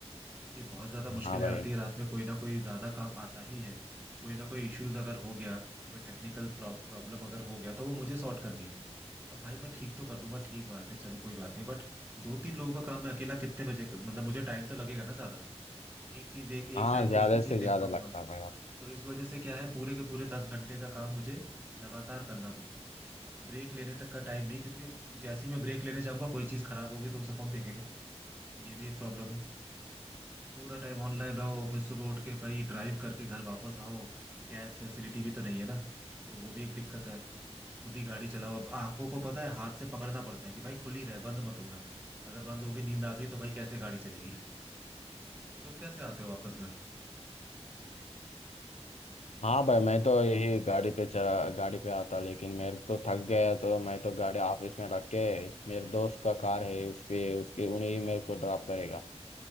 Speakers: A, on the right; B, on the left.
A: क्योंकि बहुत ज्यादा मुश्किलें
B: हाँ भाई
A: आती है रात में कोई ना कोई ज्यादा काम आता ही है कोई ना कोई इश्यूज अगर हो गया कोई टेक्निकल प्रॉब्लम अगर हो गया तो वो मुझे सॉर्ट करनी है अब भाई मैं ठीक तो कर दूंगा ठीक बात है चलो कोई बात नहीं बट दो तीन लोगों का काम मैं अकेला कितने बजे कर मतलब मुझे टाइम तो लगेगा ना ज्यादा एक चीज एक
B: हाँ
A: एक टाइम
B: ज्यादा
A: पे एक ही चीज
B: से
A: देख
B: ज्यादा
A: पाऊंगा
B: लगता भाई आप
A: तो इस वजह से क्या है पूरे के पूरे दस घंटे का काम मुझे लगातार करना पड़ता है ब्रेक लेने तक का टाइम नहीं क्योंकि जैसे ही मैं ब्रेक लेने जाऊंगा कोई चीज खराब होगी तो उसे कौन देखेगा ये भी एक प्रॉब्लम है पूरा टाइम ऑनलाइन रहो फिर सुबह उठ के भाई ड्राइव करके घर वापस आओ कैब फैसिलिटी भी तो नहीं है ना तो वो भी एक दिक्कत है खुद ही गाड़ी चलाओ अब आंखों को पता है हाथ से पकड़ना पड़ता है कि भाई खुली रहे बंद मत होना अगर बंद हो गई नींद आ गई तो भाई कैसे गाड़ी चलेगी <laughs> तुम कैसे आते हो वापस घर
B: हाँ भाई मैं तो यही गाड़ी पे चला गाड़ी पे आता लेकिन मेरे तो थक गया तो मैं तो गाड़ी ऑफिस में रख के मेरे दोस्त का कार है उस पे उसके उन्हें ही मेरे को ड्रॉप करेगा